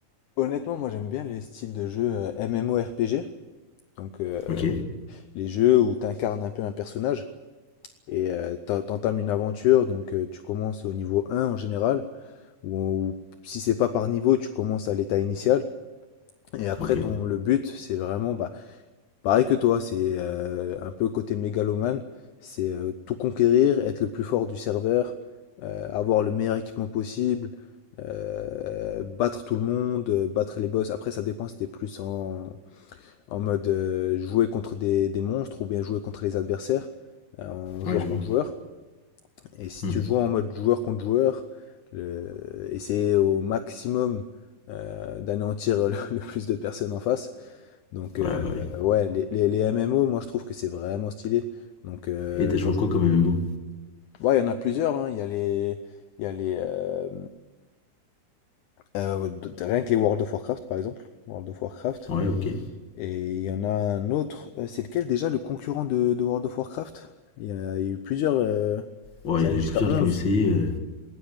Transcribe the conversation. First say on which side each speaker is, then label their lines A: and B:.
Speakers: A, on the left; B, on the left.
A: honnêtement, moi j'aime bien les styles de jeux euh, MMORPG, donc euh,
B: Ok,
A: les jeux où tu incarnes un peu un personnage et euh, t'en- t'entames une aventure, donc euh, tu commences au niveau un en général, ou, ou si c'est pas par niveau, tu commences à l'état initial. Et après,
B: ok.
A: ton, le but, c'est vraiment, bah, Pareil que toi, c'est euh, un peu côté mégalomane, c'est euh, tout conquérir, être le plus fort du serveur, euh, avoir le meilleur équipement possible, euh, battre tout le monde, euh, battre les boss. Après, ça dépend si t'es plus en, en mode euh, jouer contre des, des monstres ou bien jouer contre les adversaires, euh, en joueur
B: Ouais, je vois.
A: contre joueur. Et si
B: Hmm.
A: tu joues en mode joueur contre joueur, le- essayer au maximum euh, d'anéantir <laughs> le plus de personnes en face. Donc, euh,
B: Ouais, bah oui.
A: ouais, les, les, les MMO, moi je trouve que c'est vraiment stylé. Donc, euh,
B: Et t'as joué
A: quand
B: à
A: je-
B: quoi comme MMO
A: ouais, il y en a plusieurs, hein. Il y a les. Il y a les euh, euh, ouais, d- rien que les World of Warcraft, par exemple. World of Warcraft.
B: Ouais, ok.
A: Et il y en a un autre. euh, C'est lequel déjà le concurrent de, de World of Warcraft? Il y a, il y a eu plusieurs. euh,
B: Ouais,
A: C'est
B: il y
A: allé
B: en a
A: jusqu'à
B: eu plusieurs
A: onze
B: qui ont essayé, euh,